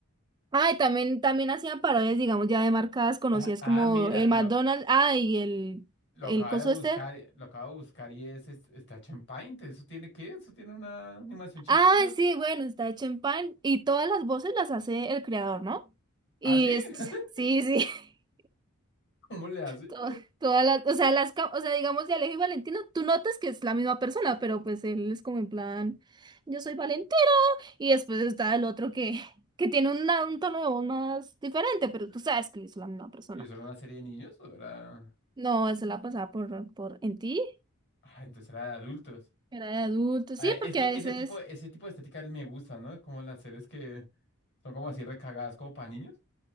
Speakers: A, on the right; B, on the left.
A: Ah, y también, también hacían parodias, digamos, ya de marcas conocidas
B: Ah, ah,
A: como
B: mira,
A: el McDonald's,
B: lo,
A: ah, y el,
B: lo
A: el
B: acabo
A: coso
B: de buscar,
A: este.
B: lo acabo de buscar y es, es- está hecho en Paint. ¿Eso tiene qué? ¿Eso tiene una animación chistosa?
A: Ah, sí, bueno, está hecho en pan y todas las voces las hace el creador, ¿no?
B: ¿Ah,
A: Y
B: sí?
A: es,
B: <laughs>
A: sí, sí. <laughs>
B: ¿Cómo le hace?
A: to- Todas las, o sea, las, ca- o sea, digamos de Alejo y Valentino, tú notas que es la misma persona, pero pues él es como en plan, yo soy Valentino. Y después está el otro que, que tiene una- un tono de voz más diferente, pero tú sabes que es la misma persona.
B: ¿Y eso era una serie de niños o era...?
A: No, esa la pasaba por, por en ti,
B: Ah, entonces era de adultos.
A: era de adulto,
B: Ah,
A: sí,
B: es
A: porque
B: que
A: a veces,
B: ese tipo, ese tipo de estética me gusta, ¿no? Como las series que... Son como así recagadas como para niños,